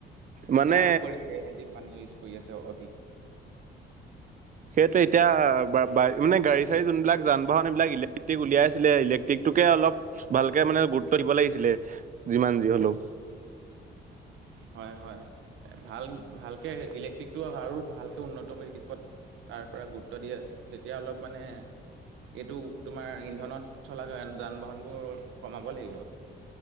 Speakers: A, on the right; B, on the right.
A: মানে
B: তাৰ উপৰি সেহেতি পানী ইউজ কৰি আছে অধিক
A: সেইটো এতিয়া বা মান গাড়ী চাড়ী যোনবিলাক যান বাহন এইবিলাক ইলেক্ট্ৰিক উলিয়াই আছিলে ইলেক্ট্ৰিক তোকে অলপ ভালকে মানে গুৰুত্ব দিব লাগিছিলে যিমান যি হলেও
B: হয় হয় ভাল ভালকে ইলেক্ট্ৰিকটো আৰু ভালকে উন্নত কৰি দেশত তাৰ পৰা গুৰুত্ব দিয়ে তেতিয়া অলপ মানে এইটো তোমাৰ ইন্ধনত চলা যান বাহনবোৰ কমাব লাগিব